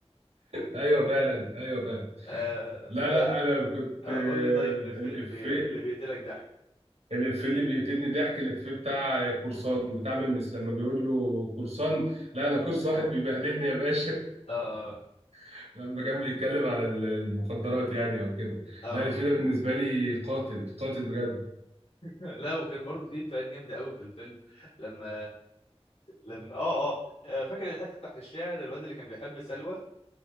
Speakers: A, on the right; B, on the left.
A: ايوه فعلا ايوه فعلا
B: آه
A: لا لا انا كنت
B: فقول
A: آه،
B: لي طيب
A: الافيه
B: اللي في اللي, بي... اللي بيقتلك ضحك
A: الافيه اللي بيقتلني ضحك الافيه بتاع قرصان بتاع ممس لما بيقول له قرصان لا انا قرص واحد بيبهدلني يا باشا
B: اه
A: <laughs> لما كان بيتكلم على ال- المخدرات يعني او كده
B: اه
A: لا الافيه ده بالنسبه لي قاتل قاتل بجد
B: لا وكانت برضه في افيهات جامده قوي في الفيلم لما لما اه اه آه، فاكر الحته بتاعت الشعر الواد اللي كان بيحب سلوى